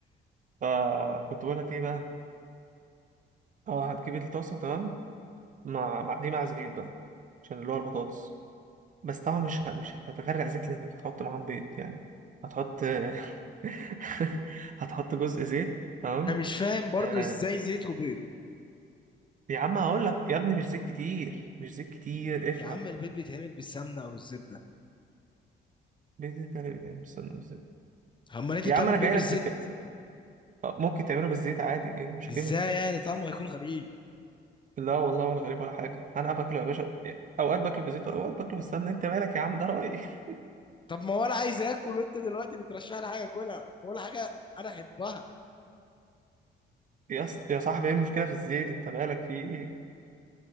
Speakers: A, on the right; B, on the left.
A: فكنت بقولك ايه بقى اه هتجيب الطاسه تمام مع مع- دي مع زيت بقى عشان اللي هو البطاطس بس طبعا مش ه- مش هتغرق زيت لانك هتحط معاهم بيض يعني هتحط <laughs> هتحط جزء زيت تمام
B: انا مش فاهم برضو
A: آه.
B: ازاي زيت وبيض
A: يا عم هقول لك يا ابني مش زيت كتير مش زيت كتير افهم
B: يا عم البيض بيتعمل بالسمنه او الزبده
A: بيض ده- ده- ده- استنى، بس-
B: اما انت
A: يا
B: بتعمل
A: عم انا
B: بيض
A: جاي
B: بالزيت
A: لك في الك... آه، ممكن تعمله بالزيت عادي ايه المشكله
B: ازاي يعني طعمه هيكون غريب
A: لا والله ولا غريب ولا حاجة أنا باكله يا باشا أوقات باكله بالزيت وأوقات باكله بالسمنة أنت مالك يا عم ده رأيي <laughs>
B: طب ما هو انا عايز اكل وانت دلوقتي بترشح لي حاجه اكلها ولا حاجه انا احبها
A: يا ص- يا صاحبي إيه المشكلة في الزيت أنت مالك في إيه